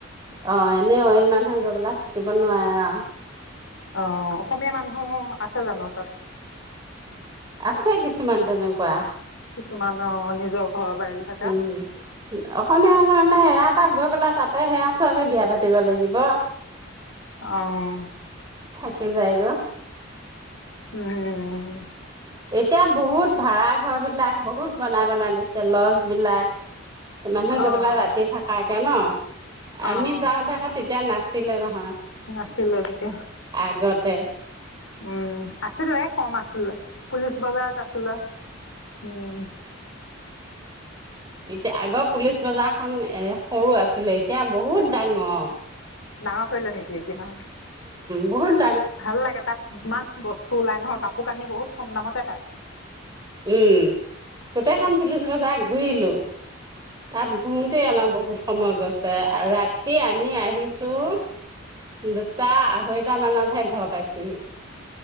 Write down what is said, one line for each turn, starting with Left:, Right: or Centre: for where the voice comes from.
Right: অ এনেই অইন মানুহে গৈ পেলাই থাকিব নোৱাৰে আৰু।
Left: অহ, অসমীয়া মানুহ আছে জানো তাত
Right: আছে কিছুমান তেনেকুৱা
Left: কিছুমান অ' নিজৰ ঘৰ বাৰী থকা
Right: উম অসমীয়া মানুহ মানে তাক গৈ পেলাই তাতে সেয়া ছোৱালী বিয়া পাতিব লাগিব
Left: অহ
Right: ক যায়গ
Left: উম
Right: এতিয়া বহুত ভাড়া ঘৰ বিলাক বহুত বনাই বনাই দিছে লজ বিলাক মানুহ
Left: অ'
Right: গৈ পেলা ৰাতি থাকা কে ন
Left: অ'
Right: আমি যাওঁ আকৌ তেতিয়া না আছিলে নহয়
Left: নাছিলে তেতিয়া
Right: আগতে
Left: উম আছিলে কম আছিলো পুলিচ বজাৰত আছিলে উম
Right: এতিয়া আগৰ পুলিচ বজাৰখন এ সৰু আছিলে এতিয়া বহুত ডাঙৰ
Left: ডাঙৰ কৰিলে নেকি এতিয়া
Right: ব
Left: ভাল লাগে তাত ইমান বস্তু ওলাই নহয় কাপোৰ শুকানি বহুত কম দামতে পায়
Right: উম গোটেইখন পুলিচ বজাৰ ঘূৰিলো তাত ঘুৰোতেই আমাৰ বহুত সময় গ'ল। আগাত তিয়া আমি আহিছো দুটা আঢ়ৈটা মানতহে ঘৰ পাইছোহি